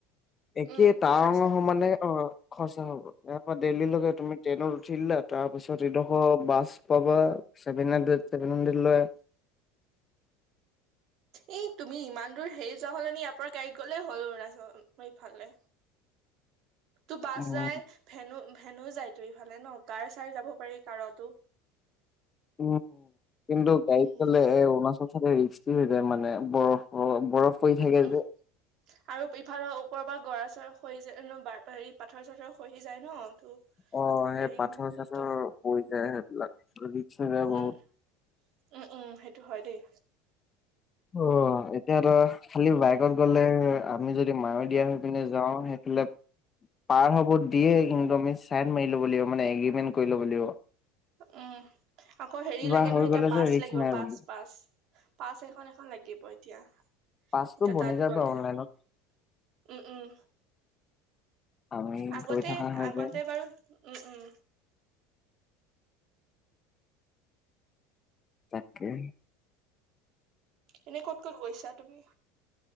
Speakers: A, on the left; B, on the right.
A: একে
B: উম
A: তাৱাংৰ
B: তাৰপিছত
A: সমানে অ খৰচা হ'ব ইয়াৰপৰা দেল্লীকে তুমি ট্ৰেইনত উঠিলা তাৰ পিছত ইডোখৰ বাছ পাবা চেভেন হানড্ৰেদ চেভেন হানড্ৰেদ লয়
B: এ তুমি ইমান দূৰ হেৰি যোৱা হলে নে ইয়াৰ পৰা গাড়ীত গ'লেই হ'ল অনৰুণাচল ইফালে তোৰ বাছ
A: উম
B: জাই ভেনু ভেনো যায় তো ইফালে ন কাৰ ছাৰ যাব পাৰি কাৰতো
A: উ কিন্তু গাড়ীত
B: উম
A: গলে অৰুণাচল চাইতে বেছি হৈ যায় মানে বৰফ বৰফ পৰি থাকে
B: উম
A: যে
B: আৰু ইফালৰ পৰা পৰা গৰা চৰা আহি যায় হেৰি পাথৰ চাথৰ খ হি যায় ন
A: অ সেই
B: হেৰি
A: পাথৰ
B: হয় দিগদাৰ
A: চাথৰ পৰি যায় সেইবিলাক ৰিক্স হৈ যায় বহুত
B: উম উম উম সেইটো হয় দেই
A: অ এতিয়া ত খালি বাইকত গ'লে আমি যদি মায় দিয়া হৈ পিনে যাওঁ সেইফালে পাৰ হ'ব দিয়ে কিন্তু আমি চাইড মাৰি ল'ব লাগিব মানে এগ্ৰীমেন্ট কৰি ল'ব লাগিব
B: উম আকৌ হেৰি
A: কিবা
B: লাগে
A: হৈ
B: নহয় এতিয়া
A: গ'লে
B: পাচ
A: যে ৰিস্ক
B: লাগিব
A: নাই
B: পাচ
A: বুলি
B: পাচ পাচ এখন এখন লাগিব এতিয়া এতিয়া
A: পাছটো বনি
B: তাত
A: যাব
B: গলে
A: অনলাইনত
B: উম উম
A: আমি
B: আগতে
A: গৈ থকা হয়
B: আগতে
A: যে
B: বাৰু উম উম
A: তাকে
B: এনেই ক'ত ক'ত গৈছা তুমি?